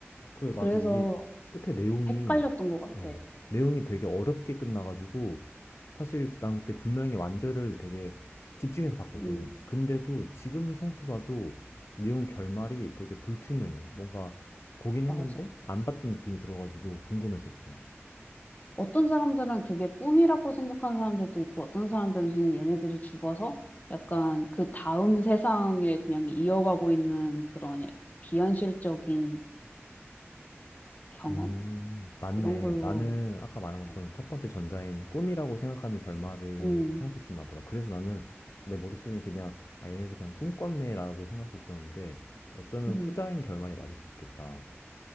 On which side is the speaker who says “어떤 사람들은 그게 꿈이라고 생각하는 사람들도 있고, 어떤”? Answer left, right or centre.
Left